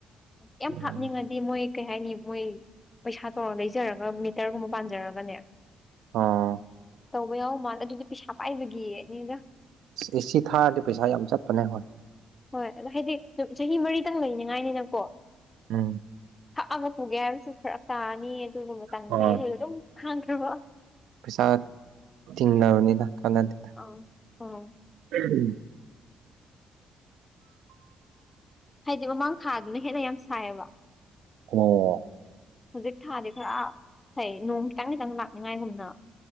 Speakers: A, on the left; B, on the right.
A: ꯌꯥꯝ
B: ꯎꯝ
A: ꯍꯥꯞꯅꯤꯡꯉꯗꯤ ꯃꯣꯏ ꯀꯩ ꯍꯥꯏꯅꯤ ꯃꯣꯏ ꯄꯩꯁꯥ ꯇꯧꯔ ꯂꯩꯖꯔꯒ ꯃꯤꯇꯔꯒꯨꯝꯕ ꯄꯥꯟꯖꯔꯒꯅꯦ
B: ꯑꯣ
A: ꯇꯧꯕ ꯌꯥꯎ ꯃꯥꯜꯂ ꯑꯗꯨꯗꯤ ꯄꯩꯁꯥ ꯄꯥꯏꯕꯒꯤꯅꯤꯗ
B: ꯑꯦꯁꯤ ꯊꯥꯔꯗꯤ ꯄꯩꯁꯥ ꯌꯥꯝ ꯆꯠꯄꯅꯦ ꯍꯣꯏ
A: ꯍꯣꯏ ꯑꯗꯣ ꯍꯥꯏꯗꯤ ꯆꯍꯤ ꯃꯔꯤꯇꯪ ꯂꯩꯅꯤꯉꯥꯏꯅꯤꯅꯀꯣ
B: ꯎꯝ
A: ꯐꯛꯑꯒ ꯄꯨꯒꯦ ꯍꯥꯏꯔꯁꯨ ꯐꯔꯛ ꯇꯥꯔꯅꯤ ꯑꯗꯨꯅ ꯃꯇꯡ
B: ꯍꯣꯏ
A: ꯂꯩꯔꯒ ꯑꯗꯨꯝ ꯈꯥꯡꯈ꯭ꯔꯕ
B: ꯄꯩꯁꯥ ꯇꯤꯡꯅꯕꯅꯤꯗ ꯀꯅꯥꯗꯦꯗ
A: ꯑ ꯑꯥ
B: <inaudible>
A: ꯍꯥꯏꯗꯤ ꯃꯃꯥꯡ ꯊꯥꯗꯨꯅ ꯍꯦꯟꯅ ꯌꯥꯝ ꯁꯥꯏꯌꯦꯕ
B: <unintelligible>
A: ꯍꯧꯖꯤꯛ ꯊꯥꯗꯤ ꯈꯔ ꯐꯩ ꯅꯣꯡ ꯈꯤꯇꯪ ꯈꯤꯇꯪ ꯂꯥꯛꯅꯤꯡꯉꯥꯏꯒꯨꯝꯅ